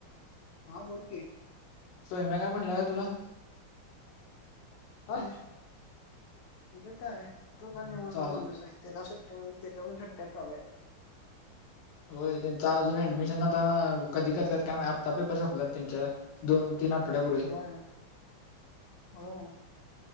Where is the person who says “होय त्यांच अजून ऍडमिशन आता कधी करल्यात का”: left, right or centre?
Left